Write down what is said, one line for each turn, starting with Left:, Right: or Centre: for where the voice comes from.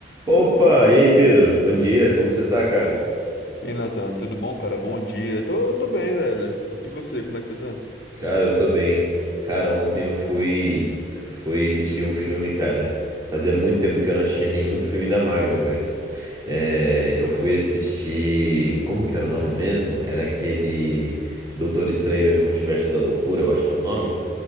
Right: Opa, e aí Pedro? Bom dia, como você tá, cara?
Left: E aí, Nathan, tudo bom, cara? Bom dia. Tô, tô bem, velho. E você, como é que você tá?
Right: Cara, eu tô bem. Cara, ontem eu fui fui assistir um filme, cara. Fazia muito tempo que eu não assistia nenhum filme da Marvel, velho. É, eu fui assistir, como que era o nome mesmo? Era aquele Doutor Estranho e o Multiverso da Loucura, eu acho que é o nome.